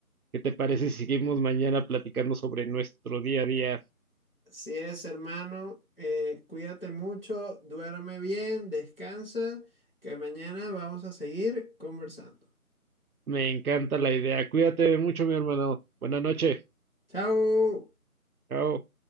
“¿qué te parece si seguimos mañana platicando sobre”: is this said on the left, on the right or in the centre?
Right